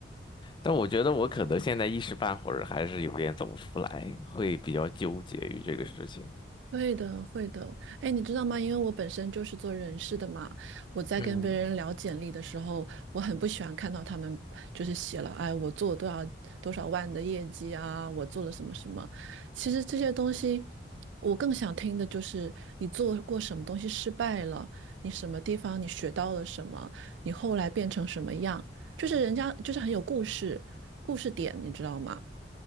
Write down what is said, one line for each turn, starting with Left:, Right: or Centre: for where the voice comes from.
Left: 但我觉得我可能现在一时半会儿还是有点走不出来，会比较纠结于这个事情。
Right: 会的，会的。哎，你知道吗？因为我本身就是做人事的嘛，我在跟别人聊简历的时候，
Left: 嗯
Right: 我很不喜欢看到他们就是写了，哎，我做了多少多少万的业绩啊，我做了什么什么。其实这些东西，我更想听的就是你做过什么东西失败了，你什么地方你学到了什么，你后来变成什么样，就是人家就是很有故事，故事点，你知道吗？